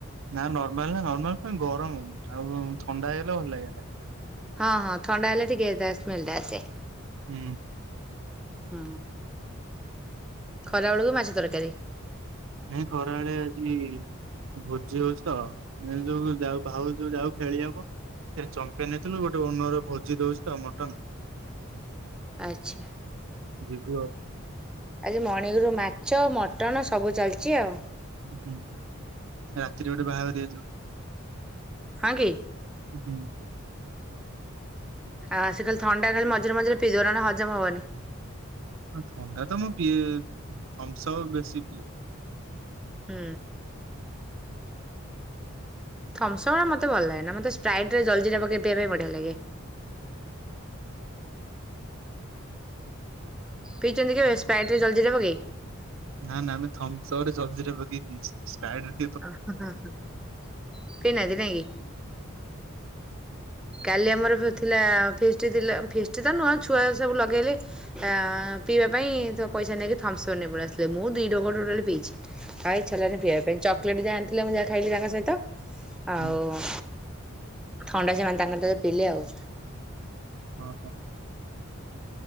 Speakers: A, on the right; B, in the centre.
A: ନା ନର୍ମାଲ୍ ନା ନର୍ମାଲ୍ ଫେଣେ ଗରମ ଆଉ ଥଣ୍ଡା ହେଇଗଲେ ଭଲ ଲାଗେନା।
B: ହଁ ହଁ ଥଣ୍ଡା ହେଲେ ଟିକେ ତା ସ୍ମେଲଟା ଆସେ।
A: ହୁଁ।
B: ହୁଁ, ଖରାବେଳକୁ ମାଛ ତରକାରୀ?
A: ନାଇଁ ଖରାବେଳେ ଆଜି ଭୋଜି ହଉଛି ତ, ଏ ଯୋଉ ଯାଉ ଭାଉ ଯୋଉ ଯାଉ ଖେଳିବାକୁ ସେଟି ଚମ୍ପିୟାନ୍ ହେଇଥିନୁ ଗୋଟେ ଓନର ଭୋଜି ଦଉଛି ତ ମଟନ।
B: ଆଚ୍ଛା।
A: ଯିବୁ ଆଉ।
B: ଆଜି ମଣିଙ୍ଗରୁ ମାଛ, ମଟନ ସବୁ ଚାଲିଛି ଆଉ।
A: ହୁଁ, ରାତିରେ ଗୋଟେ ବାହାଘରିଆ ଯିବୁ।
B: ହଁ କି?
A: ହୁଁ।
B: ଆଉ ଆସି ଖାଲି ଥଣ୍ଡା ଖାଲି ମଝରେ ମଝିରେ ପିଇଦବ ନହନେ ହଜମ ହବନି।
A: ଆ ଥଣ୍ଡା ତ ମୁଁ ପିଏ, ଥମସପ୍ ବେଶୀ ପିଏ।
B: ହୁଁ। ଥମସପ୍ ରା ମୋତେ ଭଲ ଲାଗେନା, ମୋତେ ସ୍ପ୍ରାଇଟରେ ଜଳଜିରା ପକେଇକି ପିଇବା ପାଇଁ ବଢିଆ ଲାଗେ। ପିଇଛନ୍ତି କେବେ ସ୍ପ୍ରାଇଟରେ ଜଲ୍ଜିରା ପକେଇ?
A: ନା ନା ଆମେ ଥମ୍ସପରେ ଜଲ୍ଜିରା ପକେଇକି ପିଇଚି, ସ୍ପ୍ରାଇଟରେ
B: <unintelligible> ପିଇ ନାହାନ୍ତି ନାଇଁକି?
A: <unintelligible>
B: କାଲି ଆମର ଥିଲା ଫିଷ୍ଟ ଥିଲା। ଫିଷ୍ଟତ ନୁହଁ। ଛୁଆ ସବୁ ଲଗେଇଲେ ଆ ପିଇବା ପାଇଁ ତ ପଇସା ନେଇକି ଥମସର ନ ନେଇକି ପଳେଇ ଆସ। ମୁଁ ଦି ଢୋକ ଟୋଟାଲି ପିଛି। ଆଉ ଇଚ୍ଛା ହେଲାନି ପିଇବା ପାଇଁ ଚକୋଲେଟ ଯାହା ଆଣିଥିଲେ ମୁଁ ଯାହା ଖାଇଲି ତାଙ୍କ ସହିତ। ଆଉ
A: ହୁଁ
B: ଥଣ୍ଡା ସେମାନେ ତାଙ୍କର ତ ପିଲେ ଆଉ।
A: ହଁ ହଁ।